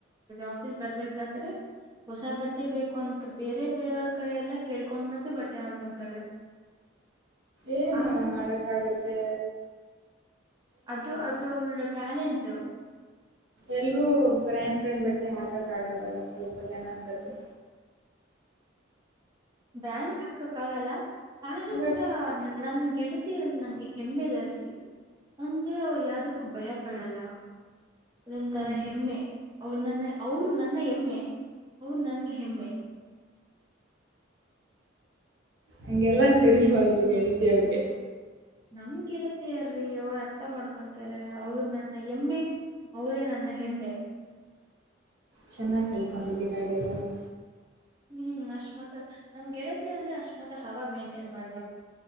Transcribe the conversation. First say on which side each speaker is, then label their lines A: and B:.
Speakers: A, on the right; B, on the right.
A: ಆಫೀಸ್ ಬರ್ಬೇಕಂದ್ರೆ ಹೊಸ ಬಟ್ಟೆ ಬೇಕು ಅಂತ ಬೇರೆ ಬೇರೆಯವ ಕಡೆ ಎಲ್ಲ ಕೇಳ್ಕೊಂಡ್ ಬಂದು ಬಟ್ಟೆ ಹಾಕೊಂತಾಳೆ
B: ಏನ್
A: ಆಗ
B: ಮಾಡಕ್ಕ ಆಗತ್ತೆ
A: ಅದು ಅದು ಅವಳ್ಳು ಟ್ಯಾಲೆಂಟ
B: ಎಲ್ರೂ ಬ್ರ್ಯಾಂಡ್ ಬ್ರ್ಯಾಂಡ್ ಬಟ್ಟೆ ಹಾಕಕ್ ಆಗಲ್ಲಲ್ಲ ಸ್ವಲ್ಪ ಜನತತೆ
A: ಬ್ರಾಂಡ್ ಹಾಕಕ್ ಆಗಲ್ಲ ಆದ್ರೂ
B: ಬಟ್
A: ಕೂಡ ನನ್ ಗೆಳತಿಯರ ನಂಗೆ ಹೆಮ್ಮೆ ಜಾಸ್ತಿ ಅಂದ್ರೆ ಅವ್ರ ಯಾವದಕ್ಕೂ ಭಯ ಪಡಲ್ಲ ಅದೊಂತರ
B: ಹ್ಮ್
A: ಹೆಮ್ಮೆ ಅವ್ರ ನನ್ನ ಅವರು. ನನ್ನ <unintelligible> ಅವ್ರು ನನ್ಗೆ ಹೆಮ್ಮೆ.
B: ಹಗೆಲ್ಲಾ ಕರಿಬಾರ್ದು ಗೆಳತಿ ಅವ್ರಿಗೆ.
A: ನಮ್ ಗೆಳತಿ ಅಲ್ರಿ ಅವರ ಅರ್ಥ ಮಾಡ್ಕೊಂತ ತ್ತಾರೆ ಅವರು ನನ್ನ ಎಮ್ಮೆ ಅವರೇ ನನ್ನ ಹೆಮ್ಮೆ.
B: ಚೆನ್ನಾಗಿ ಕಲ್ಕೊಂಡಿದ್ದೀರಾ ಆ ಡೈಲಾಗ್.
A: ಹ್ಮ್ ಅಷ್ಟ್ಮತ್ ನಮ್ ಗೆಳತಿ ಅಂದ್ರೆ ಅಷ್ಟ್ಮತ್ ಹವ ಮೇಂಟೈನ್ ಮಾಡ್ಬೇಕ.